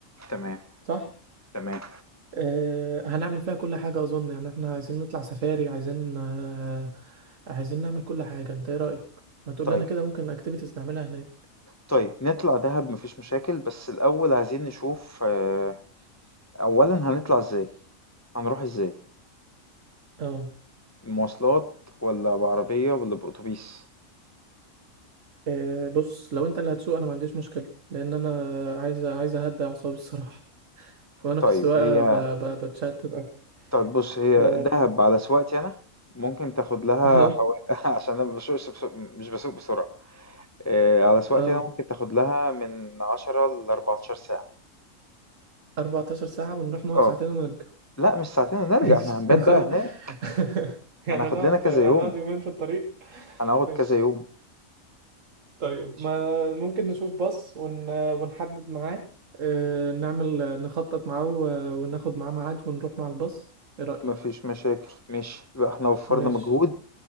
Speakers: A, on the left; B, on the right.
A: تمام
B: صح؟
A: تمام
B: آه، هنعمل فيها كل حاجة أظن يعني احنا عايزين نطلع سفاري عايزين آه، عايزين نعمل كل حاجة انت ايه رأيك؟ ما تقول
A: طيب
B: لنا كده ممكن اكتيفيتيز نعملها هناك
A: طيب نطلع دهب مفيش مشاكل بس الأول عايزين نشوف آه، أولا هنطلع إزاي هنروح إزاي
B: اه
A: مواصلات ولا بعربية ولا بأتوبيس
B: آه، بص لو انت اللي هتسوق انا ما عنديش مشكلة لأن انا عايز عايز اهدي أعصابي <laughs> الصراحة وأنا
A: طيب
B: في السواقة
A: هي
B: ب... ب... بتشتت أكتر
A: طيب بُص، هي
B: ف <laughs>
A: دهب على سواقتي أنا ممكن تاخد لها
B: اه
A: حوالي <laughs> عشان أنا ما باسوقش بس مش باسوق بسرعة، آآ، على سواقتي
B: اه
A: أنا ممكن تاخد لها من 10 ل14 ساعة،
B: 14 ساعة ونروح نقعد
A: آه،
B: ساعتين ونرجع
A: لأ مش ساعتين ونرجع،
B: <laughs> ماشي
A: إحنا هنبات
B: هنخلص
A: بقى هناك،
B: <laughs> يعني
A: هناخد
B: هنقعد
A: لنا كذا
B: هنقعد
A: يوم،
B: يومين في الطريق <laughs>
A: هنقعد
B: ماشي
A: كذا يوم،
B: طيب
A: ماشي،
B: ما ممكن نشوف باص ون... ونحدد معاه آه، نعمل نخطط معاه و- وناخد معاه ميعاد ونروح مع الباص ايه رأيك
A: ما فيش مشاكل، ماشي، يبقى إحنا وفّرنا
B: ماشي
A: مجهود